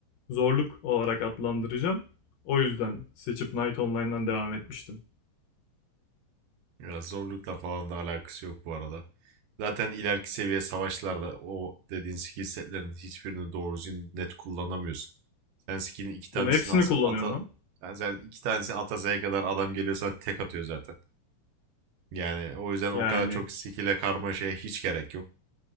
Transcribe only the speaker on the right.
Ya zorlukla falan da alakası yok bu arada. Zaten ileriki seviye savaşlarda o dediğin skill setlerin hiçbirini doğru düzgün net kullanamıyorsun. Sen skill'in iki tanesini
alsa,
ata
yani sen iki tanesini ata Z'ye kadar adam geliyorsan tek atıyor zaten. Yani o yüzden o
kadar çok skill'e karmaşaya hiç gerek yok.